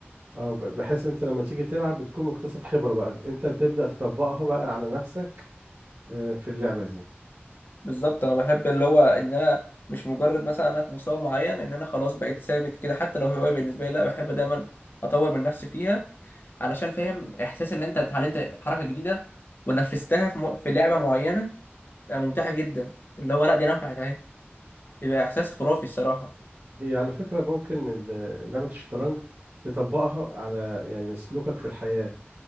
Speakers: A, on the right; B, on the left.
A: اه ب- بحيث انت لما تيجي تلعب بتكون مكتسب خبرة بقى انت بتبدأ تطبقها بقى على نفسك آه، في اللعبة دي
B: بالظبط انا بحب اللي هو ان انا مش مجرد مثلا انا في مستوى معين ان انا خلاص بقيت ثابت كده حتى لو هوايه بالنسبه لي لا بحب دايما اطور من نفسي فيها علشان فاهم احساس ان انت اتعلمت حركه جديده ونفذتها في, م... في لعبه معينه بقى ممتعه جدا اللي هو لا دي نفعت اهي يبقى احساس خرافي الصراحه
A: هي على فكرة ممكن ال- لعبة الشطرنج تطبقها على يعني سلوكك في الحياة